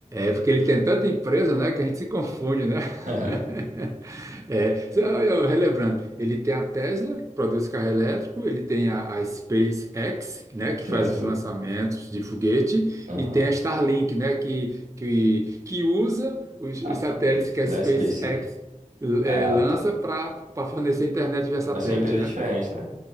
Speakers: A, on the right; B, on the right.
A: é, porque ele tem tanta empresa, né? Que a gente se confunde, né?
B: <laughs>
A: <laughs> É, só eu relembrando, ele tem a Tesla, que produz carro elétrico, ele tem a, a SpaceX, né?
B: Certo.
A: Que faz os lançamentos de foguete,
B: Aham.
A: e tem a Starlink, né? Que, que, que usa os,
B: Ah,
A: os satélites que a
B: da
A: SpaceX
B: Space.
A: é,
B: Ah,
A: lança
B: tá.
A: para fornecer internet via satélite,
B: Mas são empresas
A: né?
B: diferentes, né?